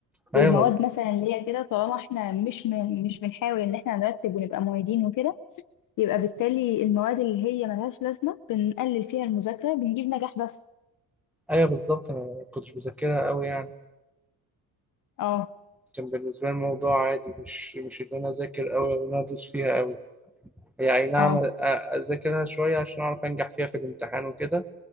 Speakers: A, on the left; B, in the centre.
A: والمواد
B: ايوه ما-
A: مثلا اللي هي كده طالما احنا مش من... مش بنحاول ان احنا نرتب ونبقى معيدين وكده يبقى بالتالي المواد اللي هي ملهاش لازمة بنقلل فيها المذاكرة بنجيب نجاح بس
B: ايوه بالظبط انا ما كنتش بذاكرها قوي يعني
A: اه
B: كان بالنسبة لي الموضوع عادي مش مش ان انا اذاكر قوي او ان انا ادوس فيها قوي هي اي نعم
A: اه
B: أ- اذاكرها شوية عشان اعرف انجح فيها في الامتحان وكده